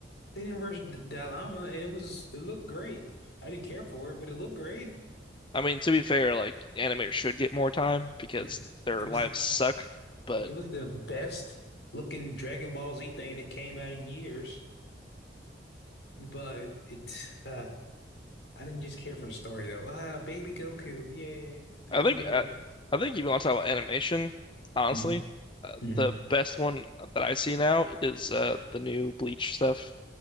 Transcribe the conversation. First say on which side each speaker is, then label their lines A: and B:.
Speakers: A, on the left; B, on the left.
A: They didn't rush D- Dalama, and it was it looked great. I didn't care for it, but it looked great.
B: I mean, to be fair, like animators should get more time because
A: Yeah,
B: their
A: it was
B: lives suck. But
A: it was the best looking Dragon Ball Z thing that came out in years. But it, uh, I didn't just care for the story though. Ah, baby Goku, yay, Vegeta.
B: I think uh, I think if you want to talk about animation, honestly,
A: hmm
B: uh,
A: hmm
B: the best one that I see now is uh, the new Bleach stuff.